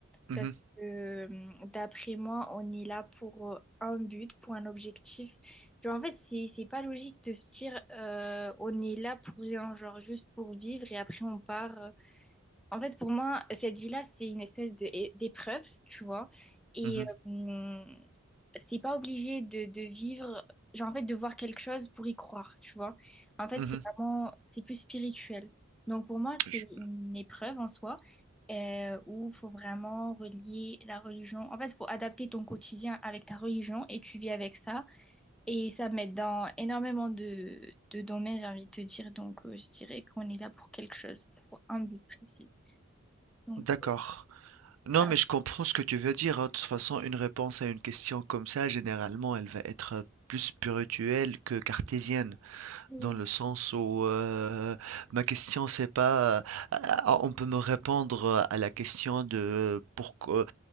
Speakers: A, on the right; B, in the centre.
A: Mmh
B: Parce
A: mh.
B: que hum, d'après moi, on est là pour euh, un but, pour un objectif. Genre, en fait, c'est, c'est pas logique de se dire euh, on est là pour rien, genre juste pour vivre et après on part. euh, en fait, pour moi, cette vie-là, c'est une espèce de, é- d'épreuve, tu vois. Et
A: Mmh
B: euh, c'est pas obligé de, de vivre, genre en fait, de voir quelque chose pour y croire, tu vois. En fait,
A: Mmh
B: c'est vraiment, c'est plus spirituel. Donc pour moi, c'est
A: Je
B: une épreuve en soi euh, où il faut vraiment relier la religion. En fait, il faut adapter ton quotidien avec ta religion et tu vis avec ça. Et ça m'aide dans énormément de, de domaines, j'ai envie de te dire. Donc euh, je dirais qu'on est là pour quelque chose, pour un but précis. Donc,
A: d'accord.
B: euh,
A: Non,
B: ah,
A: mais je comprends ce que tu veux dire. hein. De toute façon, une réponse à une question comme ça, généralement, elle va être plus spirituelle que cartésienne,
B: oui.
A: dans le sens où euh, ma question, c'est pas, euh, ah, on peut me répondre à la question de pourquoi,